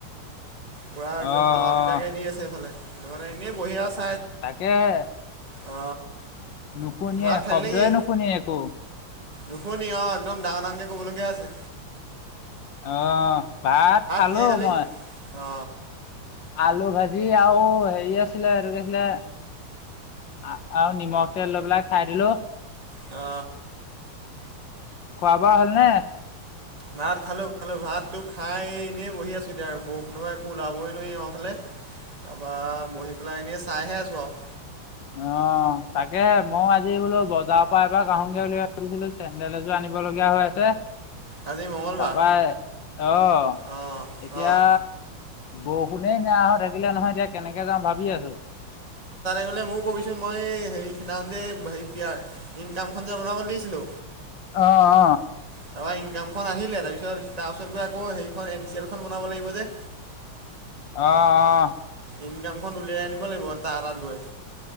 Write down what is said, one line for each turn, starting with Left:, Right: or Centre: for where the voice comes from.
Right: পুৰা একদম
Left: অ অ
Right: দৰা পিটাকে দি আছে এইফালে ত মানে এনে বহিয় আছে
Left: তাকেহে
Right: অ
Left: নুশুনিয়ে
Right: ভাত খালি
Left: শব্দয়ে
Right: নেকি
Left: নুশুনিয়ে একো
Right: নুশুনি অ একদম ডাঙৰ ডাঙকে কবলগীয়া আছে
Left: আহ ভাত খালো
Right: কিহে খালি
Left: মই
Right: অ
Left: আলু ভাজি আৰু হেৰি আছিলে আৰু এতো কৈছিলে আচাৰ আৰু নিমখ তেল লৈ পেলাই খাই দিলো
Right: অ
Left: খোৱা বোৱা হ'ল নে
Right: ভাত খালো খালো ভাতো খাই এনেই বহি আছো এতিয়া আৰু বৰষুণৰপা একো ওলাবই নোৱাৰি আমাৰ ফালে তাৰপৰা বহি পেলাই এনেই চাইহে আছো আৰু
Left: অ তাকে মই আজি বোলো বজাৰৰ পৰা এবাৰ আহোগৈ বুলি ভাবিছিলো চেন্দেল এযোৰ আনি আনিব লগীয়া হয় আছে
Right: আজি মঙলবাৰ
Left: তাৰপা জ্বৰ
Right: অঁ
Left: এতিয়া
Right: অঁ
Left: বৰষুণেই নেৰা হৈ থাকিলে নহয় এতিয়া কেনেকে যাওঁ ভাবি আছো
Right: লে মোৰ কবিচোন মই হেৰি সিদিনাখন যে ইনকামখনন যে বনাবলৈ দিছিলো
Left: অ অ
Right: তাৰপৰা ইনকামখন আহিলে তাৰপিছত তাৰ পাছত গৈ আকৌ সেইখন এন চি এলখন বনাব লাগিব যে
Left: অ অহ
Right: ইনকামখন উলিয়াই আনিব লাগিব তা তাত গৈ